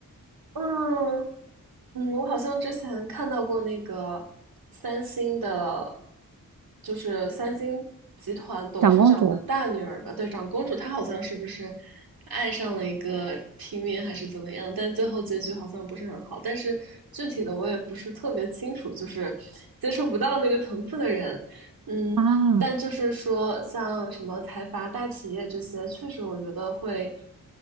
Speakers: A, on the right (about 85°); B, on the right (about 65°).
A: 嗯嗯，我好像之前看到过那个三星的，就是三星集团董事长的大女儿吧，
B: 长公主
A: 对，长公主，她好像是不是爱上了一个平民还是怎么样？但最后结局好像不是很好。但是具体的我也不是特别清楚，就是接触不到那个层次的人。嗯，
B: 啊。
A: 但就是说，像什么财阀大企业这些，确实我觉得会